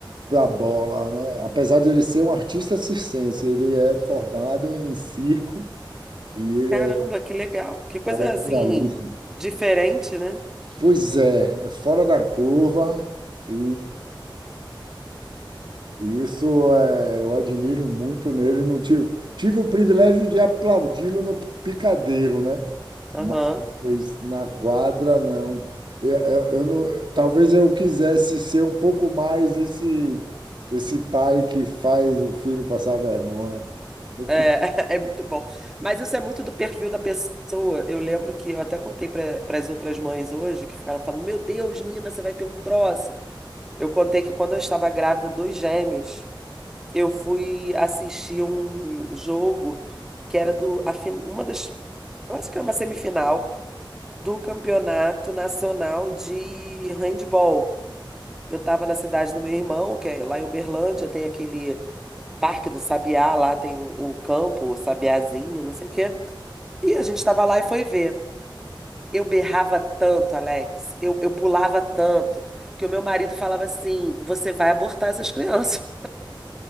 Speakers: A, on the right; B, in the centre.
A: para bola, né? Apesar de ele ser um artista circense, ele é formado em circo e ele
B: caramba,
A: é
B: que legal, que coisa
A: aerialista.
B: assim diferente, né?
A: Pois é, é fora da curva e, e isso é, eu admiro muito nele. Não tive, tive o privilégio de aplaudi-lo no picadeiro, né?
B: Aham.
A: Mas na quadra, não. Eu, eu, eu não. Talvez eu quisesse ser um pouco mais esse, esse pai que faz o filho passar vergonha. Eu fico
B: É, <laughs> é muito bom. Mas isso é muito do perfil da pessoa. Eu lembro que eu até contei para as outras mães hoje que ficaram falando: Meu Deus, Nina, você vai ter um troço. Eu contei que quando eu estava grávida dos gêmeos, eu fui assistir um jogo que era do, a fin- uma das, eu acho que era uma semifinal do Campeonato Nacional de Handball. Eu estava na cidade do meu irmão, que é lá em Uberlândia, tem aquele Parque do Sabiá, lá tem o, o campo, o Sabiazinho, não sei o quê. E a gente estava lá e foi ver. Eu berrava tanto, Alex, eu, eu pulava tanto, que o meu marido falava assim: você vai abortar essas crianças.